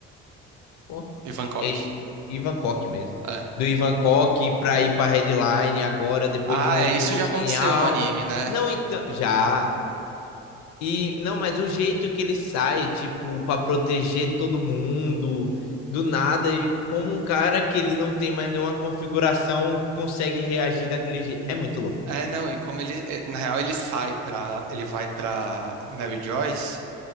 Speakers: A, on the left; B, on the right.
A: Porra.
B: E Bangkok.
A: E, Ivan Koch mesmo.
B: É.
A: Do Ivan Koch pra ir pra Redline agora, depois
B: Ah,
A: de Robô
B: é, isso já
A: Sem
B: aconteceu
A: Alma.
B: no anime, né?
A: Não, então. Já. E, não, mas o jeito que ele sai, tipo, pra proteger todo mundo, do nada, e como um cara que ele não tem mais nenhuma configuração, consegue reagir daquele jeito. É muito louco.
B: É, não, e como ele, é, na real, ele sai pra, ele vai pra Mary Joyce.